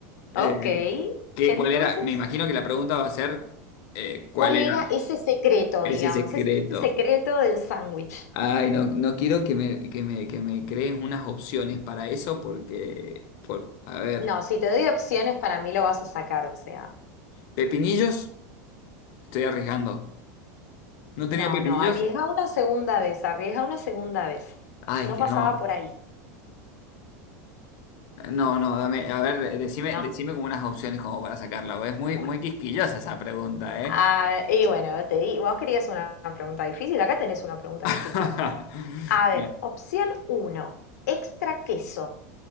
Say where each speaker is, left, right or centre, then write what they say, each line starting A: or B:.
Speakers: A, on the left; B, on the left.
A: Eh,
B: Ok,
A: ¿qué,
B: entonces,
A: cuál era? Me imagino que la pregunta va a ser eh, ¿cuál
B: ¿cuál
A: era?
B: era ese secreto,
A: Ese
B: digamos?
A: secreto.
B: Ese secreto del sándwich.
A: Ay, no, no quiero que me, que me, que me crees unas opciones para eso porque, por, a ver,
B: No, si te doy opciones, para mí lo vas a sacar, o sea,
A: pepinillos, estoy arriesgando. ¿No
B: no,
A: tenía pepinillos?
B: no, arriesga una segunda vez, arriesga una segunda vez.
A: Ay,
B: No
A: es que
B: pasaba
A: no.
B: por ahí,
A: No, no, dame, a ver, decime,
B: no,
A: decime como unas opciones como para sacarlo. Es muy,
B: bueno.
A: muy quisquillosa esa pregunta, ¿eh?
B: Ah, y bueno, te di, vos querías una pregunta difícil, acá tenés una pregunta
A: <laughs>
B: difícil. A ver, opción uno, extra queso.